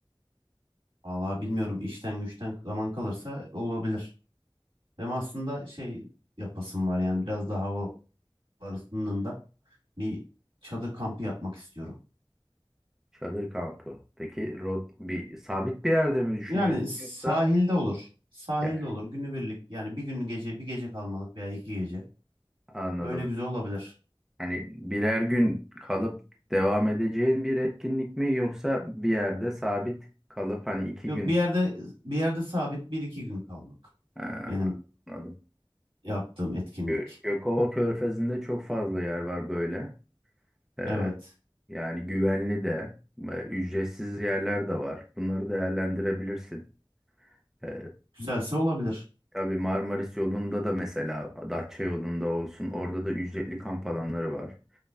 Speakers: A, on the right; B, in the centre.
A: Vallahi bilmiyorum işten güçten zaman kalırsa olabilir. Benim aslında şey yapasım var yani biraz daha havalar ısındığında bir çadır kampı yapmak istiyorum.
B: Çadır kampı. Peki rot bir sabit bir yerde mi düşünüyorsun
A: Yani sahilde
B: yoksa?
A: olur. Sahilde
B: Yani
A: olur günübirlik yani bir gün gece bir gece kalmalık veya iki gece.
B: anladım.
A: Öyle güzel olabilir.
B: Hani birer gün kalıp devam edeceğin bir etkinlik mi yoksa bir yerde sabit kalıp hani iki
A: Yok
B: gün
A: bir yerde bir yerde sabit bir iki gün kalmak.
B: Ha,
A: Benim
B: anladım.
A: yaptığım etkinlik.
B: Gö Gökova Körfezi'nde çok fazla yer var böyle. Ee,
A: Evet.
B: yani güvenli de, e, ücretsiz yerler de var. Bunları değerlendirebilirsin. Ee,
A: Güzelse olabilir.
B: tabii Marmaris yolunda da mesela Datça yolunda olsun orada da ücretli kamp alanları var.